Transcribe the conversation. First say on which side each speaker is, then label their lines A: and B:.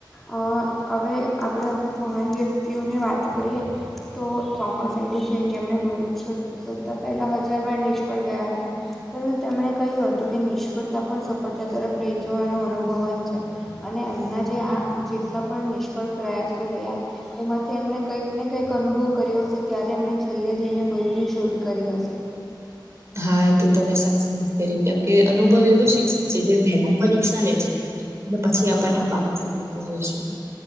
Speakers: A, in the centre; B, on the right (about 35°).
A: હા હવે આપણે અમુક મહાન વ્યક્તિઓને વાત કરીએ તો થોમસ એડિસન જેમણે બસ એકસો શોધતાં પહેલાં હજારવાર નિષ્ફળ ગયા હતા પરંતુ તેમણે કહ્યું હતું કે પણ નિષ્ફળતા સફળતા તરફ લઈ જવાનો અનુભવ જ છે. અને એમના જે આ જેટલા પણ નિષ્ફળ પ્રયાસો રહ્યા એમાંથી એમણે કંઈક ને કંઈક અનુભવ કર્યો હશે, ત્યારે એમણે છેલ્લે જઈને બલ્બની શોધ કરી હશે.
B: હા એતો તમે સાચી વાત, કેમ કે, અનુભવ એવો શિક્ષક છે, જે પહેલા પરીક્ષા લે છે. પછી આપણને
A: હા
B: પાસ મળતો હોય છે,